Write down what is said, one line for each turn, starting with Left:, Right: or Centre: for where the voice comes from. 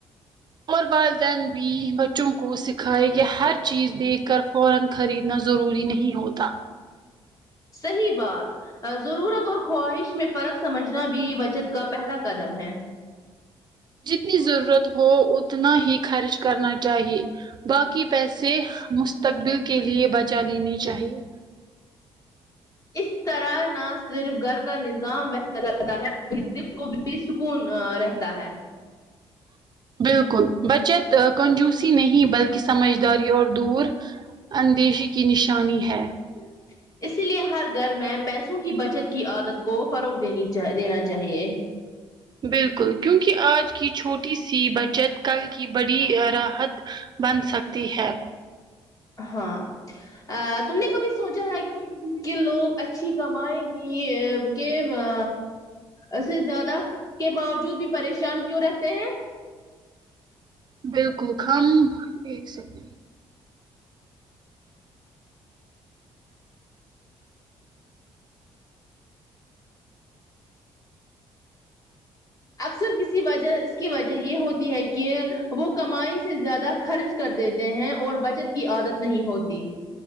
Right: اور والدین بھی بچوں کو سکھائے کہ ہر چیز دیکھ کر فورا خریدنا ضروری نہیں ہوتا
Left: صحیح بات ضرورت اور خواہش میں فرق سمجھنا بھی بچت کا پہلا قدم ہے
Right: جتنی ضرورت ہو اتنا ہی خرچ کرنا چاہیے باقی پیسے مستقبل کے لیے بچا لینی چاہیے
Left: اس طرح نہ صرف گھر کا نظام بہ <inaudible> ہے دل کو بھی سکون رہتا ہے
Right: بالکل بچت کنجوسی نہیں بلکہ سمجھداری اور دور اندیشی کی نشانی ہے
Left: کیا اسی لیے ہر گھر میں پیسوں کی بچت کی عادت کو فروغ دینی دینا چاہیے
Right: بالکل کیونکہ آج کی چھوٹی سی بچت کل کی بڑی راحت بن سکتی ہے
Left: ہاں ا تم نے کبھی سوچا ہے کہ کہ لوگ اچھی کمائے کی کہوا ایسے زیادہ کے باوجود بھی پریشان کیوں رہتے ہیں
Right: بالکل خم ایک سیکنڈ
Left: اکثر کسی وجہ اس کی وجہ یہ ہوتی ہے کہ وہ کمائی سے زیادہ خرچ کر دیتے ہیں اور بچت کی عادت نہیں ہوتی